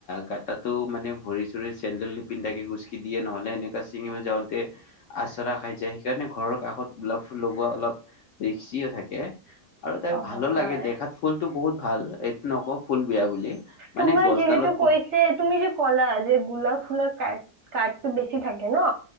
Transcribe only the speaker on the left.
কাটাটো মানে ভৰি চৰি- চেণ্ডেল নিপিন্ধাকে গচকি দিয়ে, নহলে এনেকা চিঙি যাওঁতে আচৰা খাই যায়। সেইকাৰণে ঘৰৰ কাষত গোলাপ ফুল লগোৱা অলপ ৰিক্সিও থাকে। আৰু তাক
ভালো
লাগে দেখাত ফুলতটো বহুত ভাল, এইটো নকওঁ ফুল বেয়া বুলি। মানে
গছডালত
ব